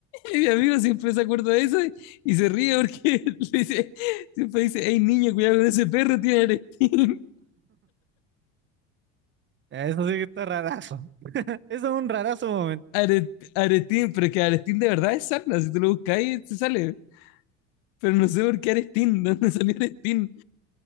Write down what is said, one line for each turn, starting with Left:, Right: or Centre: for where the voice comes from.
Left: y mi amigo siempre se acuerda de eso y se ríe porque <laughs> le dice, siempre dice, hey niño, cuidado con ese perro, tiene arestín.
Right: Eso sí que está rarazo. <laughs> Eso es un rarazo momento.
Left: <laughs> Are- arestín, pero es que arestín de verdad es sarna, si tú lo buscas ahí, te sale. Pero no sé por qué arestín, <laughs> ¿de dónde salió arestín?